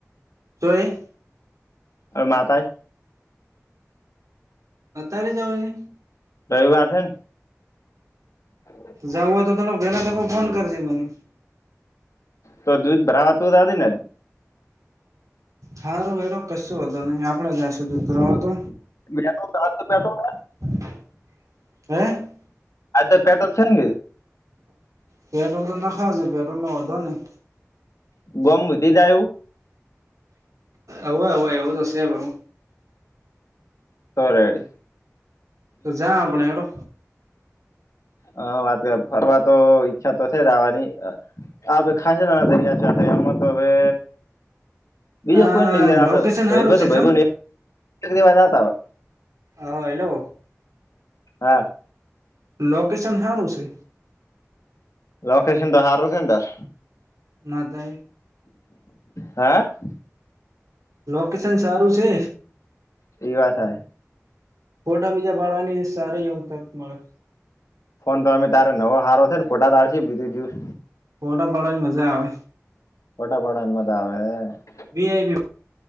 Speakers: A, on the right; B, on the left.
A: તોય
B: હ મા તાય
A: અત્યારે જવા છે.
B: રવિવાર હે ન હ
A: જાવું હોય તો ત વેલા તકે ફોન કરજે મને
B: તો દૂધ ભરાવા તુંધા ને
A: હારું હેડો કશું વાધો નહી આપણેે જઈશું દૂધ ભરવામાં તો
B: બેઠ રા બેઠો
A: હ હે?
B: આ તો પેટ્રોલ છે
A: પેટ્રોલ તો નાખા શે પેટ્રોલ ના હોધો નય-
B: <unintelligible>
A: ઓવ એવોવ દસ પરું
B: કરેજ
A: તો જાય આપણે હેડો
B: હ વાત કર ફરવા તો ઈચ્છા તો છે જ આવવાની આપે ખાસા જણા થઇ ગયા છે એમાં તો હવે બીજું
A: આ
B: કોઈય આપડે
A: લોકેશન
B: ભાઈબંધ
A: સારું છે
B: ભાઈબંધ
A: જેમ
B: <inaudible>
A: હા હેલો
B: હા
A: લોકેશન હારુ છે
B: લોકેેશન તો હારુ છે તાર
A: ના તઇ
B: હે
A: લોકેશન સારું છે
B: પીવા થાય
A: ફોટા બીજા પાડવાની સારી એવી તક મળે
B: ફોન તો અઅમે તારે નવો હારો છ ને ફોટાતા આવશે બીજું જ્યુસ
A: ફોટા પાડવાની મજા આવે
B: ફોટા પાડવાનો મજા આવે
A: વીઆઈપી